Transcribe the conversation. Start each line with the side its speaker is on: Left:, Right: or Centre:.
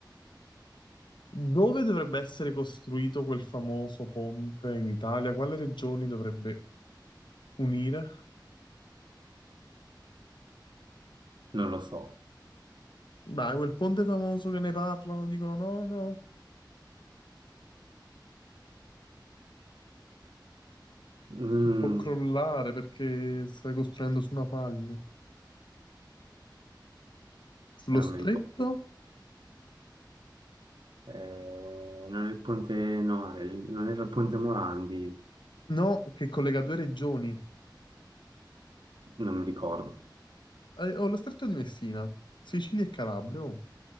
Left: Dove dovrebbe essere costruito quel famoso ponte in Italia? Quale regioni dovrebbe unire?
Right: non lo so.
Left: Dai, quel ponte famoso che ne parlano, dicono no, no,
Right: Mm,
Left: può crollare perché stai costruendo su una faglia. Sullo
Right: non
Left: stretto?
Right: mi ricordo. Eh, non è il ponte, no, è il- non era il ponte Morandi,
Left: No, che collega due regioni.
Right: non mi ricordo.
Left: Eh, oh, lo stretto di Messina, Sicilia e Calabria. oh.